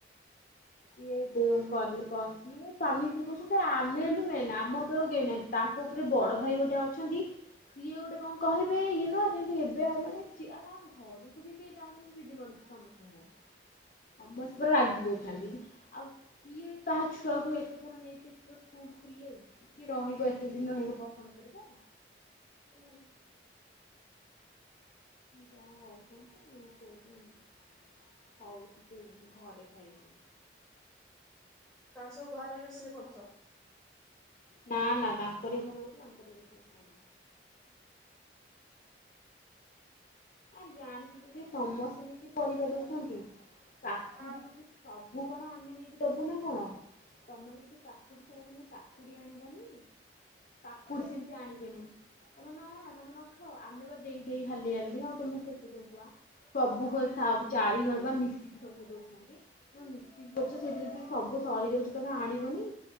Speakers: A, on the left; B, in the centre.
A: ସିଏ ଦୋଉ କଲି କହିବେ ସ୍ୱାମୀ ସ୍ତ୍ରୀ କହୁଛନ୍ତି ଆମେ ହେ ମେନ୍ ଆମ ଉପରେ ଆଉ କହିନାହାନ୍। ତାଙ୍କ ଉପରେ ବଡ ଭାଇ ଗୋଟେ ଅଛନ୍ତି ସିଏ ଗୋଟେ କଁ କହିବେ ଇଏ ନୁହଁ ଯେମିତି ହେବେ ଆଉ ମାନେ ଚିଆଦା ଘରକୁ ବି କେହି ଯାଉନା ଚିଡି ମଡୁଚି ସମସ୍ତଙ୍କୁ ସମସ୍ତେ ରାଗିକି ଅଛନ୍ତି। ଆଉ କିଏ କାହା ଛୁଆକୁ ଏତେ ଥର ନେଇ କେତ ବ ସ୍କୁଲ ଖୋଲିଲେ କିଏ ରହିବ ଏତେ ଦିନ ରହିବା ପସନ୍ଦ କରିବ?
B: <unintelligible>
A: ଯା ହଉଚନ୍ତି ସେଇଥିପାଇଁ ହଉ ଚିକି ମୁଁ ଘରେ ଖାଇବି ପୁଣି
B: ତମେ ସବୁ ଘରେ ରୋଷେଇ କରୁଚ?
A: ନା ନା ତାଙ୍କରି ଘର ହଉଚି ତାଙ୍କରି ଘରେ ସବୁ ଖାଇବେ। ଆ ଜାଣିସୁଦିକି ସମସ୍ତେ ନେଇକି ପରିବା ଦଉଚନ୍ତି। କାକୁଡି
B: ହଁ।
A: ଯଦି ସବୁ କଣ ଆମେ ନେଇକି ଦବୁ ନା କଣ ତମର ଯଦି କାକୁଡି ଛେରା ତମେ କାକୁଡି ଆଣିବନି କାକୁଡି ସିମତି ଆଣିବେନି। ତମେ ନ ଆଣ ତମେ ନଖାଅ ଆମେ ବା ଦେଇ ଦେଇ ହାଲିଆ ହେଲୁଣି ଆଉ ତମକୁ କେତେ ଦବୁଆ ସବୁ ଘର ସବୁ ଚାରି ଘର ବା ମିଶିକି ସବୁ ଦଉଛନ୍ତି। ତମେ ମିଶିକି କରୁଛ ସେଇଠି ଯଦି ସବୁ ସରିଯାଉଚି ତମେ ଆଣିବନି?